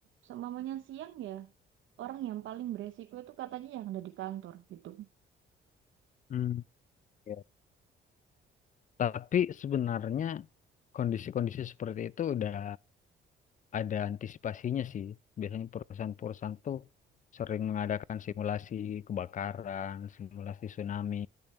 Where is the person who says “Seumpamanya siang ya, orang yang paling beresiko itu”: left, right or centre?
Right